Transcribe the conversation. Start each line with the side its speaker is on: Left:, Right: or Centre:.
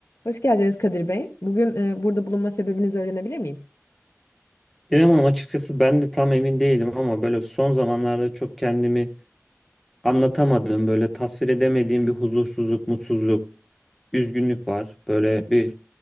Left: Hoş geldiniz Kadir Bey. Bugün e, burada bulunma sebebinizi öğrenebilir miyim?
Centre: İrem Hanım açıkçası ben de tam emin değilim ama böyle son zamanlarda çok kendimi anlatamadığım, böyle tasvir edemediğim bir huzursuzluk, mutsuzluk, üzgünlük var. Böyle bir